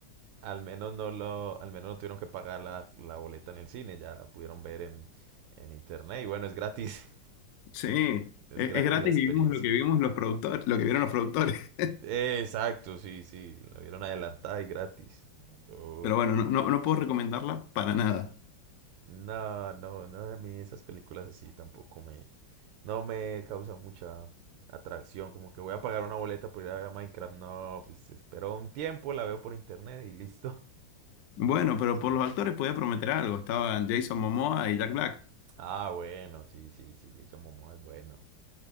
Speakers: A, on the right; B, on the left.
A: al menos no lo, al menos no tuvieron que pagar la, la boleta en el cine, ya la pudieron ver en, en internet. Y bueno, es gratis,
B: Sí,
A: <laughs> es
B: es,
A: gratis
B: es gratis
A: la experiencia.
B: y vimos lo que vimos los productores, lo que vieron los productores.
A: Eh, Exacto, sí, sí. La vieron adelantada y gratis. Uf.
B: Pero bueno, no, no, no puedo recomendarla para nada.
A: No, no, no, a mí esas películas así tampoco me... No me causan mucha atracción. Como que voy a pagar una boleta por ir a ver a Minecraft. No, pues espero un tiempo, la veo por internet y listo.
B: Bueno, pero
A: Sí.
B: por los actores podía prometer algo. Estaban Jason Momoa y Jack Black.
A: Ah, bueno, sí, sí, sí. Jason Momoa es bueno,